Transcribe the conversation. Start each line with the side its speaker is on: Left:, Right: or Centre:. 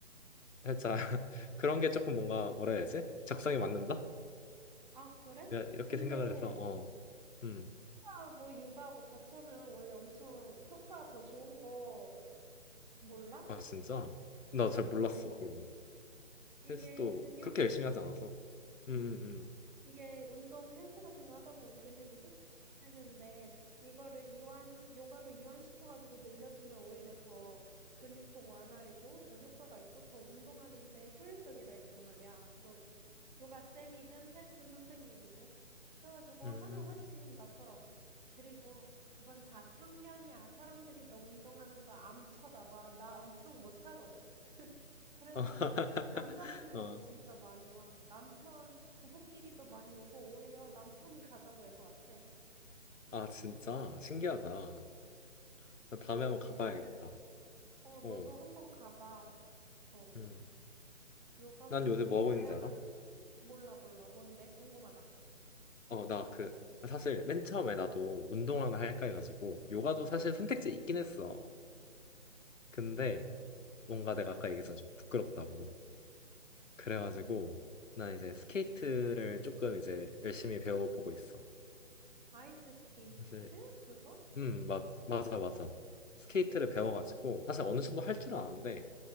Left: 살짝 <laughs> 그런 게 조금 뭔가 뭐라 해야 되지? 적성에 맞는다?
Right: 아, 그래?
Left: 이렇게
Right: 근데
Left: 생각을 해서, 어. 음.
Right: 하고 요가하고 같이 하면 원래 엄청 효과 더 좋은 거 몰라?
Left: 아 진짜? 나 잘
Right: 어,
Left: 몰랐어 그거는.
Right: 이게
Left: 헬스도
Right: 근육이
Left: 그렇게 열심히 하지 않아서. 음, 음,
Right: 이게 운동 헬스 같은 거 하다 보면 근육이 수축되는데 이거를 이완 요가로 이완시켜 가지고 늘려주면 오히려 더 근육통 완화에도 더 효과가 있고 더 운동하는 데 효율적이라 했단 말이야. 뭐 요가 쌤이든 헬스 선생님이든 그래가지고
Left: 음.
Right: 하면 훨씬 낫더라고. 그리고 그건 다 편견이야. 사람들이 너 운동하는 거 암 쳐다봐. 나 엄청 못하거든. 그래서
Left: 아 <laughs>
Right: 남자분들도 진짜
Left: 어.
Right: 많이 와. 남편 부부끼리도 많이 오고 오히려 남편이 가자고 해서 왔대.
Left: 아 진짜 신기하다. 나 다음에
Right: 그치?
Left: 한번 가봐야겠다.
Right: 신기하지? 어, 너도
Left: 어.
Right: 한번 가봐. 어,
Left: 음.
Right: 요가도
Left: 난 요새 뭐
Right: 다양하게.
Left: 하고 있는지 알아?
Right: 몰라, 몰라. 뭔데? 궁금하다.
Left: 어, 나 그 사실 맨 처음에 나도 운동 하나 할까 해가지고 요가도 사실 선택지 있긴 했어. 근데
Right: 근데,
Left: 뭔가 내가 아까 얘기했던 좀 부끄럽다고. 그래가지고
Right: 음,
Left: 난 이제 스케이트를 조금 이제 열심히 배워보고 있어.
Right: 아이스 스케이트?
Left: 사실
Right: 그거?
Left: 음, 맞, 맞아, 맞아. 스케이트를 배워가지고, 사실 어느 정도 할 줄 아는데,